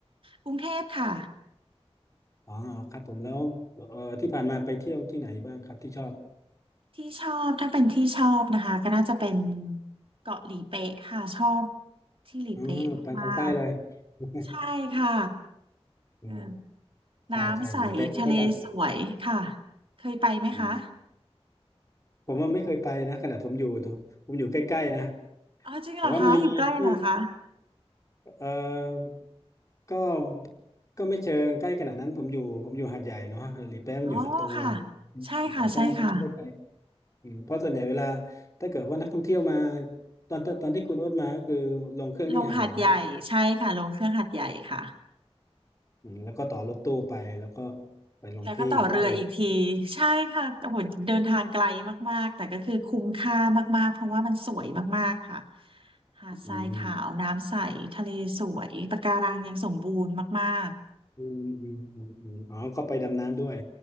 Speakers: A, on the right (about 55°); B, on the left (about 30°).
A: กรุงเทพค่ะ
B: อ๋อครับผมแล้วเอ่อที่ผ่านมาไปเที่ยวที่ไหนบ้างครับที่ชอบ
A: ที่ชอบถ้าเป็นที่ชอบนะคะก็น่าจะเป็นเกาะหลีเป๊ะค่ะชอบที่หลีเป๊ะมาก
B: อืมไปทางใต้เลย
A: ๆใช่ค่ะ
B: <laughs> อืม
A: เออ
B: ใช่ใช่หลีเป๊ะนี่ได้าใจ
A: น้ำใสทะเลสวยค่ะเคยไปไหมคะ
B: อืมผมว่าไม่เคยไปนะขนาดผมอยู่ดูผมอยู่ใกล้ๆนะ
A: อ๋อจริงเหรอคะอยู่ใกล้เหรอคะ
B: แต่ว่ามีที่เออก็ก็ไม่เชิงใกล้ขนาดนั้นผมอยู่ผมอยู่หาดใหญ่เนาะหลีเป๊ะมันอยู่สตูล
A: อ๋อค่ะใช่ค่ะใช่ค่ะ
B: แต่ก็ไม่ได้ไกล อืมเพราะส่วนใหญ่เวลาถ้าเกิดว่านักท่องเที่ยวมาตอนตอนที่คุณโอ๊ตมาก็คือลงเครื่องที่หาดใหญ่ไหมครับ
A: ลงหาดใหญ่ใช่ค่ะลงเครื่องหาดใหญ่ค่ะ
B: อืมแล้วก็ต่อรถตู้ไปแล้วก็ไปลงที่ท่าเรือ
A: แล้วก็ต่อเรืออีกทีใช่ค่ะโอ้โหเดินทางไกลมากๆแต่ก็คือคุ้มค่ามากๆเพราะว่ามันสวยมากๆค่ะหาดทรายขาวน้ำใสทะเลสวยปะการังยังสมบูรณ์มาก
B: อืมอืมอืมอืมอืมอ๋อก็ไปดำน้ำด้วย